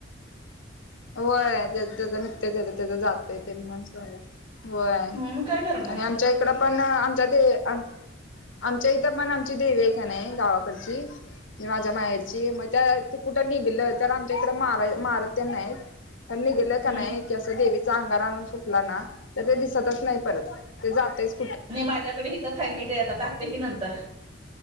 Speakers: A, on the left; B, on the right.
A: होय त्याच त्याच निघतय त्याच त्याच जात येत म्हणून होय आणि
B: मग काय करणार
A: आमच्या इकडं पण आमच्या ते आमच्या इथं पण आमची देवी आहे का नाही गावाकडची म्हणजे माझ्या माहेरची मग त्या ते कुठं निघलं तर आमच्या इकडं मार मारत त्यां नाहीत निघल कि
B: हम्म
A: नाही असं देवी अंगारा आनुन फुकला ना तर ते दिसतच नाही परत ते जातेच
B: नाही माझ्याकडे इथं इथेच मिठ आहे आता टाकते कि नंतर